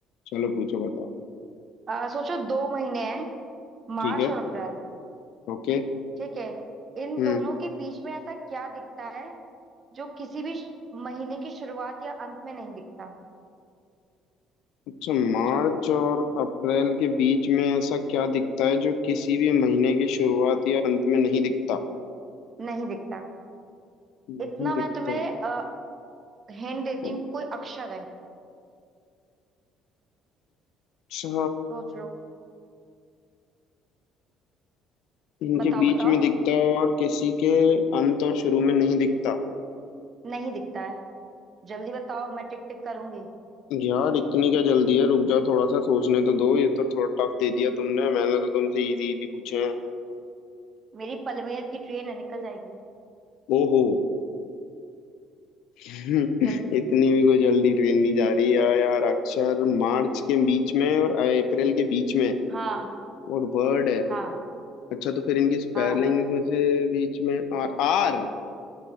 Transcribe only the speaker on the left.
चलो पूछो बताओ
ठीक
है
ओके
हम्म
अच्छा मार्च
और अप्रैल के बीच में ऐसा क्या दिखता है जो किसी भी महीने की शुरुआत या अंत में नहीं दिखता
नहीं
दिखता
ओ,
अच्छा
इनके
बीच
में दिखता है और किसी के अंत और शुरू में नहीं दिखता
यार इतनी क्या जल्दी है रुक जाओ थोड़ा सा सोचने तो दो ये तो थोड़ा टफ दे दिया तुमने मैंने तो तुमसे इजी इजी पूछे हैं
ओहो <laughs>
इतनी
भी कोई जल्दी ट्रेन नहीं जा रही यार यार अक्षर मार्च के बीच में और अप्रैल के बीच में
और वर्ड है
अच्छा तो फिर इनकी स्पेलिंग
में से बीच में आर आर